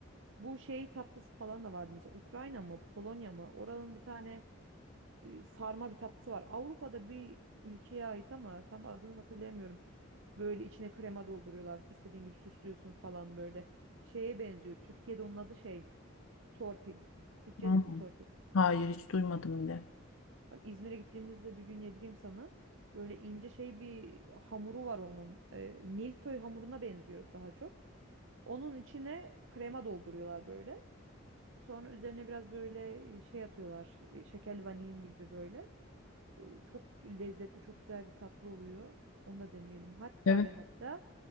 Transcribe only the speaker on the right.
Bu şey tatlısı falan da vardı mesela Ukrayna mı Polonya mı oranın bir tane e, sarma bir tatlısı var. Avrupa'da bir ülkeye ait ama tam adını hatırlayamıyorum. Böyle içine krema dolduruyorlar. istediğin gibi süslüyorsun falan böyle. Şeye benziyor. Türkiye'de onun adı şey. Torpil. Hiç yedin
mi torpil?
Bak İzmir'e gittiğimizde bir gün yedireyim sana. Böyle ince şey bir hamuru var onun. E, milföy hamuruna benziyor daha çok. Onun içine krema dolduruyorlar böyle. Sonra üzerine biraz böyle e, şey atıyorlar. e, Şekerli vanilin gibi böyle. e, çok lezzetli, çok güzel bir tatlı oluyor. Onu da deneyelim. Hatta
ve hatta